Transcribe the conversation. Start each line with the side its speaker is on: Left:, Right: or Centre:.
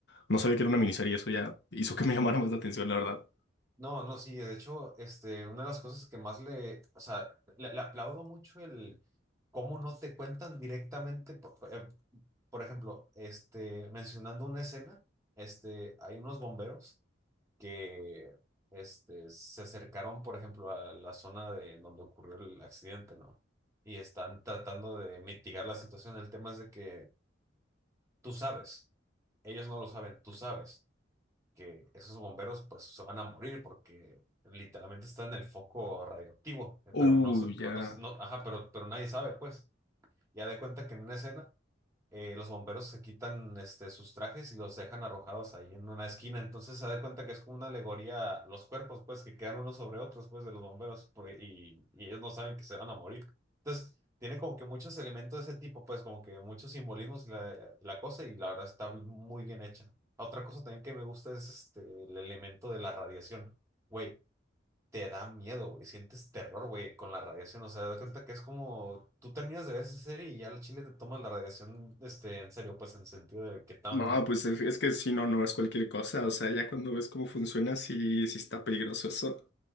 Left: no sabía que era una miniserie, eso ya hizo que me <laughs> llamara más la atención, la verdad.
Right: No, no, sí, de hecho, este, una de las cosas que más le, o sea, le, le aplaudo mucho el cómo no te cuentan directamente, por, eh, por ejemplo, este, mencionando una escena, este, hay unos bomberos que este, se acercaron, por ejemplo, a la zona de donde ocurrió el accidente, ¿no? Y están tratando de mitigar la situación. El tema es de que tú sabes, ellos no lo saben, tú sabes que esos bomberos pues se van a morir porque literalmente están en el foco radioactivo, eh,
Left: Uy,
Right: pero no se, no,
Left: ya.
Right: no se- no- ajá, pero, pero nadie sabe, pues. Ya de cuenta que en una escena eh, los bomberos se quitan este, sus trajes y los dejan arrojados ahí en una esquina. Entonces se da cuenta que es como una alegoría, los cuerpos, pues, que quedan unos sobre otros, pues, de los bomberos, por- y, y ellos no saben que se van a morir. Entonces, tiene como que muchos elementos de ese tipo, pues, como que muchos simbolismos y la, la cosa, y la verdad está muy bien hecha. Otra cosa también que me gusta es este, el elemento de la radiación. Güey te da miedo, güey. Sientes terror, güey, con la radiación. O sea, te das cuenta que es como tú terminas de ver esa serie y ya al chile te tomas la radiación, este, en serio, pues en sentido de que tan.
Left: No, pues es, es que si no, no es cualquier cosa, o sea, ya cuando ves cómo funciona, sí, sí está peligroso eso.